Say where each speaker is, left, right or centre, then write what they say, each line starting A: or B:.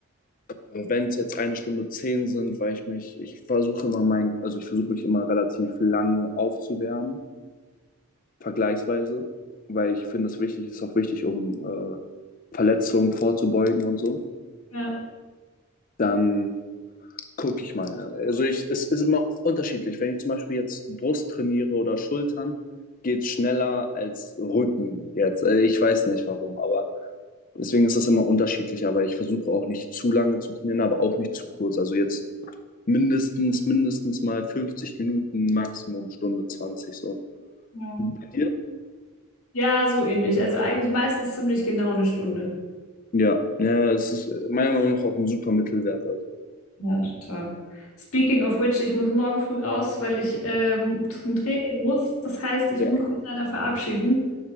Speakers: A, on the left; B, on the left.
A: Wenn es jetzt eine Stunde zehn sind, weil ich mich, ich versuche immer mein, also ich versuche mich immer relativ lange aufzuwärmen vergleichsweise, weil ich finde, es wichtig ist auch wichtig, um äh, Verletzungen vorzubeugen und so.
B: Ja.
A: Dann gucke ich mal. ne? Also ich, es ist immer unterschiedlich. Wenn ich zum Beispiel jetzt Brust trainiere oder Schultern, geht es schneller als Rücken jetzt. Also ich weiß nicht warum, aber deswegen ist das immer unterschiedlich. Aber ich versuche auch nicht zu lange zu trainieren, aber auch nicht zu kurz. Also jetzt mindestens, mindestens mal 50 Minuten, Maximum Stunde 20 so.
B: Ja.
A: Bei
B: Ja, so ähnlich. Also eigentlich meistens ziemlich genau eine Stunde.
A: Ja, ja, es ist meiner Meinung nach auch ein super Mittelwert. Also,
B: Ja, total. Speaking of which, ich muss morgen früh raus, weil ich ähm, zum Training muss. Das heißt, ich
A: ja,
B: muss mich leider verabschieden.